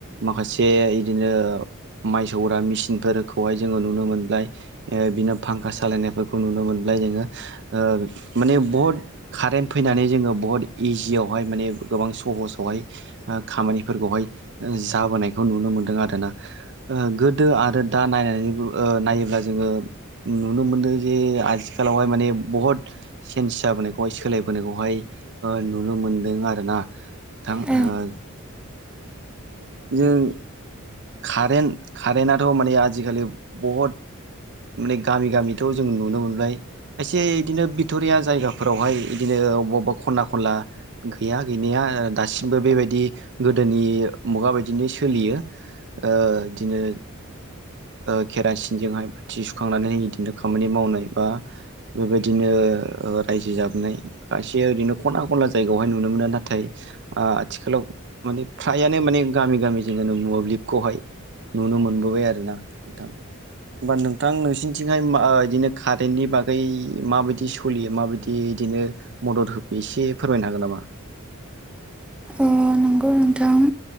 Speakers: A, on the right (about 55°); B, in the centre.
A: माखासे इदिनो माइ सौग्रा मेसिनफोरखौहाय जोङो नुनो मोनबाय ओ बिनो फांखा सालायनायफोरखौ नुनो मोनबाय जोङो ओ माने बहुद कारेन्ट फैनानै जोङो बहुत इजियावहाय माने गोबां सहसावहाय ओ खामानिफोरखौहाय ओ जाबोनायखौ नुनो मोनदों आरोना ओ गोदो आरो दा नायनानैबो ओ नायोब्ला जोङो नुनो मोनदोंजे आथिखालावहाय माने बहुत सेन्ज जाबोनायखौहाय सोलायबोनायखौहाय ओ नुनो मोनदों आरोना थां
B: औ
A: ओ जों कारेन्ट कारेन्ट आथ' माने आजिखालि बहुद माने गामि गामिथ' जों नुनो मोनबाय खायसे इदिनो भिट'रिया जायगाफोरावहाय इदिनो अबा अबेबा खना खनला गैया गैनाया ओ दासिमबो बेबायदि गोदोनि मुगा बायदिनो सोलियो ओ इदिनो ओ केरासिनजोंहाय बाथि सुखांनानै हो बिदिनो खामानि मावनाय बा बेबायदिनो ओ रायजो जाबोनाय खायसे ओरैनो खना खनला जायगायावहाय नुनो मोनो नाथाय ओ आथिखालाव माने फ्रायानो माने गामि गामिजों मोब्लिबखौहाय नुनो मोनबोबाय आरो ना नोंथां होमबा नोंथां नोंसिनिथिंहाय मा ओ बिदिनो कारेन्टनि बा बागै माबायदि सलियो माबायदि इदिनो मदद होफैयो एसे फोरमायनो हागोन नामा?
B: ओ नंगौ नोंथां